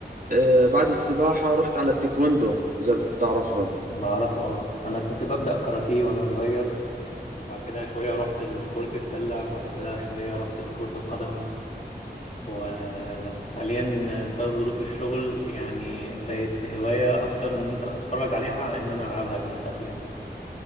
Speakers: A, on the right (about 55°); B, on the left (about 40°).
A: آه، بعد السباحة رحت على التايكوندو إذا بتعرفها
B: بعرف اه انا كنت ببدأ كاراتيه وانا صغير وبعد كده شوية رحت لكرة السلة وبعد كده شوية رحت لكرة القدم وحاليا بسبب ظروف الشغل يعني بقت هواية اكتر ان انت اتفرج عليها على ان انا العبها للأسف يعني